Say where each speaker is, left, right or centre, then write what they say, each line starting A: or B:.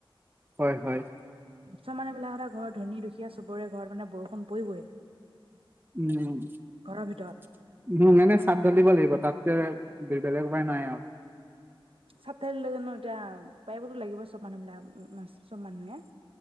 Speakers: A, on the right; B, on the right.
A: হয় হয়
B: ছানেবিলাক এ', ঘৰ ধনী দুখীয়া চবৰে ঘৰত মানে বৰু পৰিবই
A: উম',
B: ঘৰৰ ভিতৰত
A: - উম ', এনে চাপ ঢালিব লাগিব তাতকে বি বলে কাই নাই আৰু
B: চাত তাৰিলৈ জানো এতিয়া পাৰিবতো লাগিব চব মানুহ বিলাক মাছ, চব মানুহে